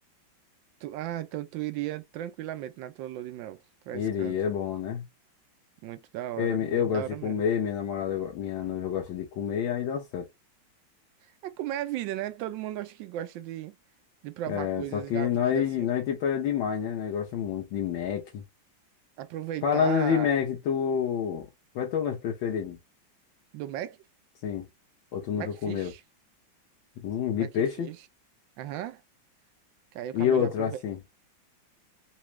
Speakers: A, on the right; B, on the left.
A: Tu- ah, então tu iria tranquilamente na tua lua de mel pra
B: Iria,
A: esse canto.
B: é bom, né?
A: Muito da hora,
B: Porque mi-
A: muito
B: eu gosto
A: da hora
B: de
A: mesmo.
B: comer, minha namorada, go- minha noiva gosta de comer e aí dá certo.
A: É como é a vida, né? Todo mundo acho que gosta de, de provar
B: É,
A: coisas
B: só que
A: da vida,
B: nós,
A: assim,
B: nós
A: que- é
B: tipo, é demais, né? Nós gostamos muito de Mac.
A: aproveitar
B: Falando de Mac, tu... Qual é teu lanche preferido?
A: do Mac,
B: Sim. Ou tu nunca
A: Macfish.
B: comeu? Hum, de
A: Como
B: peixe?
A: é que fez? Aham. Que aí eu acabei
B: E outro,
A: de aproveitar.
B: assim?